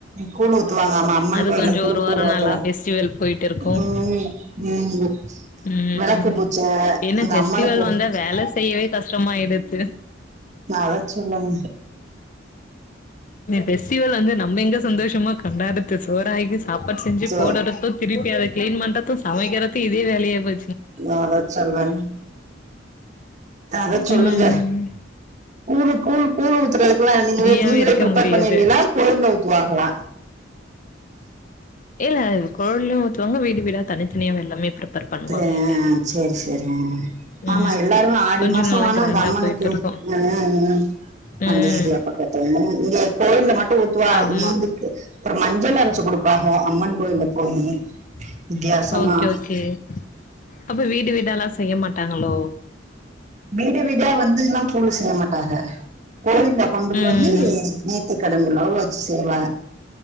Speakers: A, on the right (about 40°); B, on the left (about 45°).
A: கூழு ஊத்துவாங்க அம்மா அம்மன்
B: அது
A: கோயில்ல
B: கொஞ்சோ
A: கூ
B: ஒரு வாரோ
A: ழு ஊத்துவாங்
B: நல்லா ஃபெஸ்டிவல் போயிட்டு இருக்கு
A: உம் உம்
B: ம்
A: வெளக்கு பூச்ஜ
B: என்ன
A: அந்த
B: ஃபெஸ்டிவல்
A: அம்மனுக்
B: வந்தா வேல செய்யவே கஷ்டமாயிடுத்து
A: அதச் சொல்லுங்க
B: பெஸ்ஸீவல் வந்து நம்ம எங்க சந்தோஷம்மா கொண்டாற்றது சோறாக்கி சாப்பாட் செஞ்சு
A: சோ
B: போடற்றத்து திருப்பி அத கிலின்பண்றத்து சமைக்காரத்தி இதே வேலையா போ
A: வரச் சொல்றே அதச் சொல்லுங்க
B: ம்
A: கூழு கூழ் கூழ் ஊத்துறதுக் குல்லா நீங்கள
B: ஃப்ரீயாவே
A: நீங்களே
B: இருக்க
A: பிரப்பேர்
B: முடியாது
A: பண்ணிருவில்லா கோயில்ல ஊத்துவாகலா
B: இல்ல கோவில்லியு ஊத்துவாங்க வீடு வீடா தனித்தனியா எல்லாமே ப்ரிப்பேர் பண்ணுவாங்க
A: ஆ
B: இங்க
A: சேரி சேரி அ
B: ம்
A: ஆம்மா எல்லாரு ஆடி
B: கொஞ்சோ
A: மாசொ
B: நல்லா கிராண்டா
A: அங்க அம்மனுக்கு
B: போயிட்டு இருக்கு
A: ஹ ஹ
B: ம்
A: அந்த ஏரியா பக்கத்து இங்க கோயில்ல மட்டு ஊத்துவா
B: ஆமா
A: நேந்துக்கு அப்ர மஞ்சள் அரைச்சு குடுப்பாக அம்மன் கோயில்ல போயி வித்தியாசமா
B: ஓக்கே ஓக்கே அப்ப வீடு வீடல்லா செய்ய மாட்டாங்களோ
A: வீடு வீடா வந்துல்லா கூலு செய்ய மாட்டாக கோவில்ல கொண்டு போயி
B: ம்
A: நேத்தி கடன் உள்ளவுக வச்சுர்வா